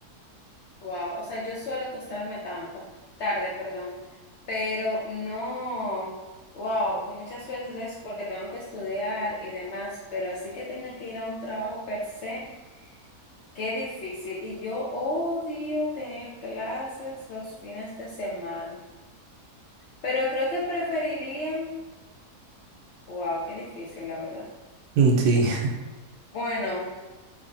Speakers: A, on the left; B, on the right.
A: wow. O sea, yo suelo acostarme tanto, tarde, perdón, pero no, wow, muchas veces es porque tengo que estudiar y demás, pero así que tenga que ir a un trabajo per se, qué difícil. Y yo odio tener clases los fines de semana, pero creo que preferiría... Wow, qué difícil, la verdad.
B: Mm, Sí, <laughs>
A: Bueno,